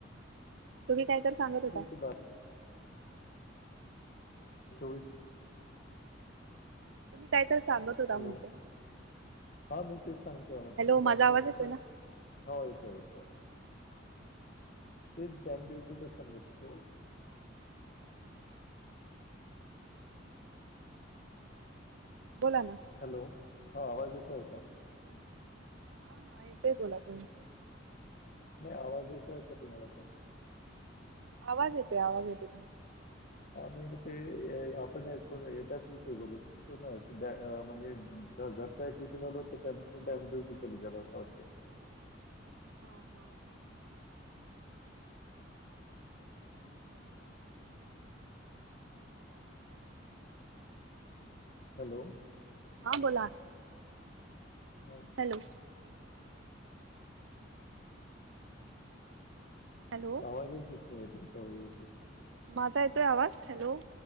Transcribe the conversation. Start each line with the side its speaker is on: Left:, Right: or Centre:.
Right: तुम्ही कायतर सांगत होता...
Left: होती बारा च..
Right: तुम्ही कायत सांगत होता
Left: हॅलो
Right: म्हटलं..
Left: हा मी तेच सांगतोय म्हटलं
Right: हॅलो
Left: डॅम
Right: माझा
Left: ड्युटी
Right: आवाज येतोय
Left: तर हा
Right: ना
Left: येतो येतो... तेच डॅम्प ड्युटीचा संघट होतो..
Right: बोला ना
Left: हॅलो हा आवाज येतोय का...
Right: हा हा येतोय बोला तुम्ही...
Left: नाही आवाज येतोय का तुम्हाला पण...
Right: आवाज येतोय आवाज येतोय तुमचा..
Left: आ म ते आपण पण त्याच विषयी बोलत होतो ना की म्हणजे.. घरता आहे ट्यूशनो त्या डॅमड्यटी च गला होता..
Right: <inaudible> हं हं हा.....
Left: हॅलो....
Right: हा बोला
Left: हा,
Right: हॅलो... हॅलो
Left: आवाज च येत नाही तुमचं...
Right: माझा येतोय आवाज हॅलो...